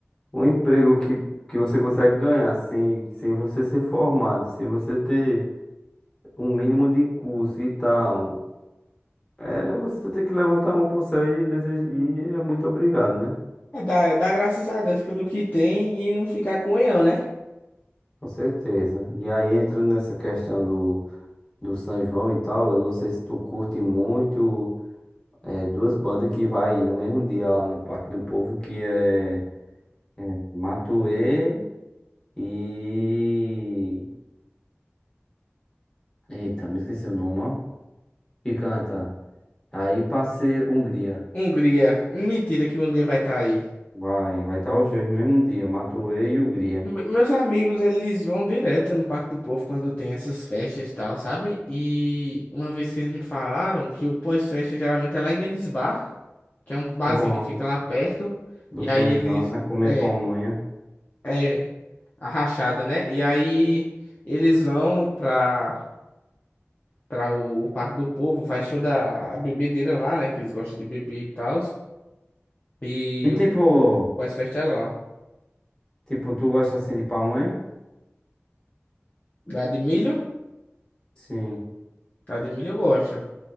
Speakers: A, on the left; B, on the left.
A: o emprego que, que você consegue ganhar sem, sem você ser formado, sem você ter um mínimo de curso e tal, é você ter que levantar a mão pro céu e, desejar, e é muito obrigado, né?
B: É dar, dar graças a Deus pelo que tem e não ficar com oião, né?
A: Com certeza. E aí, entrando nessa questão do, do São João e tal, eu não sei se tu curte muito é, duas bandas que vai no mesmo dia lá no Parque do Povo, que é Matuê e... Eita, me esqueci o nome, ó. que canta. Aí passei Hungria.
B: Hungria. Mentira que o Hungria vai estar aí.
A: Vai, vai estar os dois no mesmo dia, Matuê e Hungria.
B: Me- meus amigos, eles vão direto no Parque do Povo quando tem essas festas e tal, sabe? E uma vez que eles me falaram que o pós-festa geralmente é lá em Nedes Bar, que é um barzinho
A: É bom,
B: que fica lá perto.
A: do
B: E
A: São
B: aí eles.
A: João, né? Comer
B: É,
A: pamonha.
B: é. A rachada, né? E aí eles vão pra, pra o Parque do Povo, vai show da a bebedeira lá, né? Que eles gostam de beber e tal. E
A: E tipo,
B: o p- pós-festa é lá.
A: tipo, tu gosta assim de pamonha?
B: Lá de milho?
A: Sim.
B: Lá de milho eu gosto.